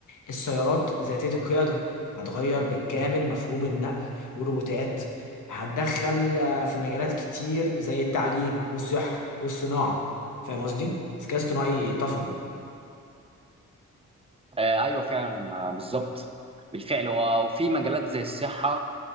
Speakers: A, on the left; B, on the right.
A: السيارات ذاتية القيادة هتغير بالكامل مفهوم النقل والروبوتات هتدخل آه، في مجالات كتير زي التعليم والصحة والصناعة فاهم قصدي؟ الذكاء الاصطناعي طفرة
B: آه أيوة فعلا آه، بالظبط بالفعل و- وفي مجالات زي الصحة